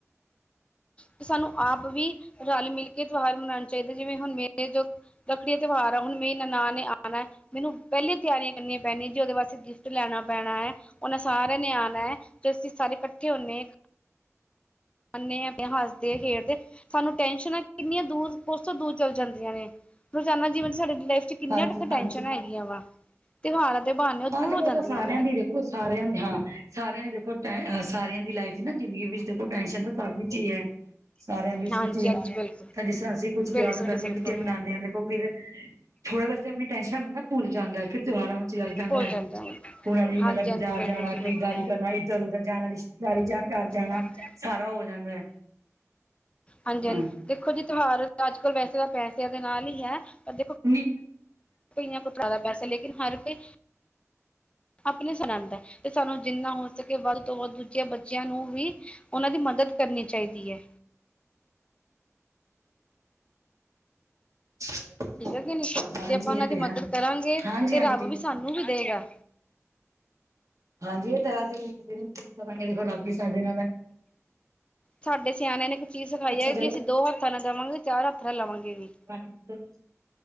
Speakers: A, on the left (about 20°); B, on the right (about 85°).
A: ਤੇ ਸਾਨੂੰ ਆਪ ਵੀ ਰਲ ਮਿਲ ਕੇ ਤਿਉਹਾਰ ਮਨਾਉਣਾ ਚਾਹੀਦਾ ਜਿਵੇਂ ਹੁਣ ਮੇਰੇ ਜੋ ਰਖੜੀ ਦਾ ਤਿਉਹਾਰ ਆ ਹੁਣ ਮੇਰੀ ਨਨਾਨ ਨੇ ਮੈਨੂੰ ਪਹਿਲੀ ਤਿਆਰੀਆਂ ਕਰਨੀਆਂ ਪੈਣੀਆਂ ਜੀ ਉਹਦੇ ਵਾਸਤੇ ਗਿਫਟ ਲੈਣਾ ਪੈਣਾ ਐ। ਉਹਨਾਂ ਸਾਰਿਆਂ ਨੇ ਆਣਾ ਹੈ ਤੇ ਅਸੀਂ ਸਾਰੇ ਇਕੱਠੇ ਹੁੰਦੇ, ਆਹਨੇ ਆਪ ਹੱਸਦੇ ਖੇਡਦੇ ਸਾਨੂੰ ਟੈਨਸ਼ਨਾਂ ਕਿੰਨੀਆਂ ਦੂਰ ਉਸ ਤੋਂ ਦੂਰ ਚੱਲ ਜਾਂਦੀਆਂ ਨੇ ਰੋਜ਼ਾਨਾ ਜੀਵਨ ਚ ਸਾਡੀ ਲਾਈਫ ਚ ਕਿੰਨੀਆਂ
B: ਹਾਂਜੀ
A: ਤੱਕ ਟੈਨਸ਼ਨਾ
B: ਹਾਂਜੀ
A: ਹੈਗੀਆਂ ਵਾ। ਤਿਉਹਾਰਾਂ ਤੇ ਬਹਾਨੇ ਉਹ
B: ਤਾਂ
A: ਦੂਰ
B: ਹਾਦੇਖੋ
A: ਹੋ ਜਾਂਦੀਆਂ
B: ਤਾਂ ਸਾਰਿਆਂ
A: ਨੇ
B: ਦੀ ਦੇਖੋ ਸਾਰਿਆਂ ਦੀ ਹਾਂ ਸਾਰਿਆਂ ਦੀ ਦੇਖੋ ਸਾਰਿਆਂ ਦੀ ਲਾਈਫ ਚ ਨਾ ਜ਼ਿੰਦਗੀ ਵਿੱਚ ਦੇਖੋ। ਟੈਨਸ਼ਨ ਤਾਂ ਸਭ ਵਿਚ ਈ ਐ ਸਾਰਿਆਂ ਦੇ ਸੀ
A: ਹਾਂਜੀ
B: ਜ
A: ਹਾਂਜੀ ਬਿਲਕੁਲ
B: ਤਾਂ ਜਿਸ ਅਸੀਂ ਕੁਝ
A: ਬਿਲਕੁਲ
B: ਤਿਉਹਾਰਾਂ ਨਾਲ
A: ਜੀ
B: ਮਿਲ
A: ਬਿਲਕੁਲ
B: ਕੇ ਮਨਾਉਂਦੇ ਹਾਂ ਦੇਖੋ ਫਿਰ ਥੋੜੇ ਵਾਸਤੇ ਆਪਣੀ ਟੈਂਨਸ਼ਨਾਂ ਬੰਦਾ ਭੁੱਲ ਜਾਂਦਾ ਫਿਰ ਤਿਉਹਾਰਾਂ ਵਿੱਚ ਲਗਦਾ
A: ਭੁੱਲ
B: ਉਹਨਾਂ
A: ਜਾਂਦਾ ਵਾ।
B: ਦੀ
A: ਹਾਂਜੀ
B: ਮਤਲਬ ਬਾਜ਼ਾਰ
A: ਹਾਂਜੀ ਬਿਲਕੁਲ
B: ਜਾਣਾ
A: ਜੀ ਬਿਲਕੁਲ
B: ਖਰੀਦਦਾਰੀ ਕਰਨਾ ਇੱਧਰ ਉਧਰ ਜਾਣਾ ਰਿਸ਼ਤੇਦਾਰੀ ਜਾਣ ਘਰ ਜਾਣਾ
A: ਹਾਂਜੀ
B: ਸਾਰਾ ਹੋ ਜਾਂਦਾ ਐ
A: ਹਾਂਜੀ
B: ਹੂੰ
A: ਦੇਖੋ ਜੀ ਤਿਹਾਰ ਅੱਜ-ਕੱਲ ਵੈਸੇ ਤਾਂ ਪੈਸਿਆਂ ਦੇ ਨਾਲ ਹੀ ਐ ਪਰ ਦੇਖੋ
B: ਵੀ
A: ਕਈਆ ਤੋ ਫੇਦਾ ਪੈਸਾ ਲੇਕੇ ਹਰ ਕੋਈ ਆਪਣੇ ਸਰਨੰਦ ਐ ਤੇ ਸਾਨੂੰ ਜਿੰਨਾ ਹੋ ਸਕੇ ਵੱਧ ਤੋਂ ਵੱਧ ਦੂਜਿਆਂ ਬੱਚਿਆਂ ਨੂੰ ਵੀ ਉਹਨਾਂ ਦੀ ਮਦਦ ਕਰਨੀ ਚਾਹੀਦੀ ਐ।
B: <unintelligible>
A: ਠੀਕ ਐ ਕਿ ਨੀ
B: ਹਾਂਜੀ
A: ਜੇ ਆਪਾਂ ਉਹਨਾਂ
B: ਇਹ
A: ਦੀ
B: ਤੇ ਹੈ।
A: ਮਦਦ ਕਰਾਂਗੇ
B: ਹਾਂਜੀ
A: ਤੇ
B: ਹਾਂਜੀ
A: ਰੱਬ
B: ਠੀਕ
A: ਵੀ
B: ਹੈ
A: ਸਾਨੂੰ ਵੀ ਦੇਗਾ
B: ਹਾਂਜੀ ਇਹ ਤਾਂ ਅਸੀਂ ਕਰਾਂਗੇ ਦੇਖੋ ਰੱਬ ਹੀ ਸਾਡੇ ਨਾਲ ਐ
A: ਸਾਡੇ ਸਿਆਣਿਆਂ ਨੇ ਇੱਕ ਚੀਜ਼ ਸਿਖਾਈ ਐ
B: ਚਲੋ
A: ਜੀ ਅਸੀਂ ਦੋ ਹੱਥਾਂ ਨਾਲ ਦੇਵਾਂਗੇ ਚਾਰ ਹੱਥ ਨਾਲ ਲਵਾਂਗੇ ਵੀ।
B: <inaudible>